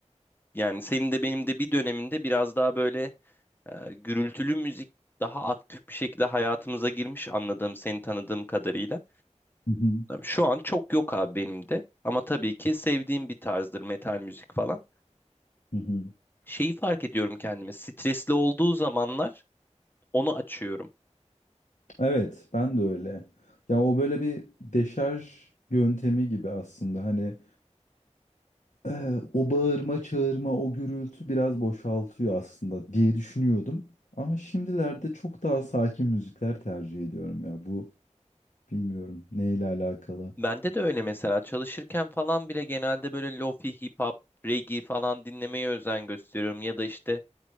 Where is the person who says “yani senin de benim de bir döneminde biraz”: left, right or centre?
Left